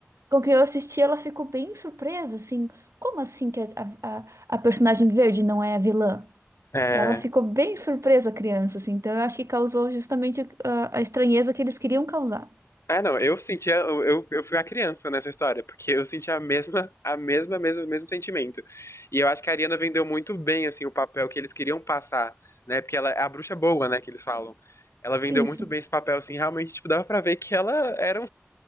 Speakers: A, on the right; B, on the left.
A: com quem eu assisti, ela ficou bem surpresa, assim. Como assim que a, a, a a personagem verde não é a vilã?
B: É,
A: Ela ficou bem surpresa, a criança, assim. Então, eu acho que causou justamente a, a estranheza que eles queriam causar.
B: Ah, não, eu sentia, eu, eu, eu fui uma criança nessa história, porque eu sentia a mesma, a mesma, mesmo, mesmo sentimento. E eu acho que a Ariana vendeu muito bem, assim, o papel que eles queriam passar, né? Porque ela é a bruxa boa, né, que eles falam. Ela vendeu
A: É Isso.
B: muito bem esse papel, assim, realmente, tipo, dava pra ver que ela era